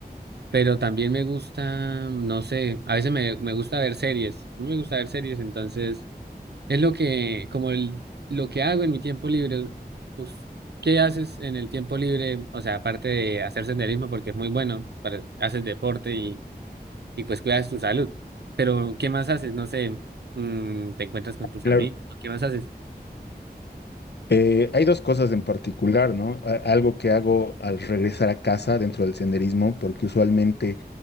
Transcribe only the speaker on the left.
Claro.
Eh, hay dos cosas en particular, ¿no? A- algo que hago al regresar a casa dentro del senderismo, porque usualmente